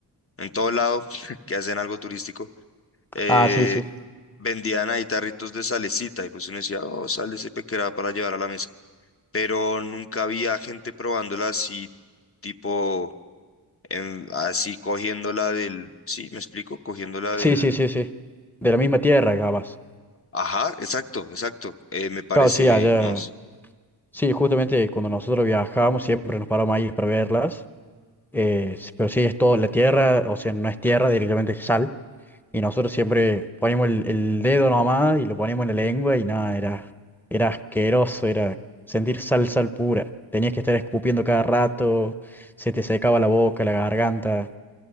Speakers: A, on the left (about 35°); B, in the centre.
A: en todo lado, <laughs> que hacen algo turístico, eh,
B: Ah, sí, sí.
A: vendían ahí tarritos de salecita y pues uno decía, oh, sal de ese pequeño para llevar a la mesa. pero nunca había gente probándola así, tipo, en- así cogiéndola del, sí, me explico, cogiéndola
B: Sí,
A: del,
B: sí, sí, sí. De la misma tierra, capaz.
A: ajá, exacto, exacto, eh, me parece,
B: Claro, sí, allá.
A: no sé,
B: Sí, justamente cuando nosotros viajábamos siempre nos paramos ahí para verlas. eh, s- pero sí, es todo la tierra, o sea, no es tierra, directamente es sal. Y nosotros siempre poníamos el, el dedo nomás y lo poníamos en la lengua y nada, era, era asqueroso, era sentir sal, sal pura. Tenías que estar escupiendo cada rato, se te secaba la boca, la garganta.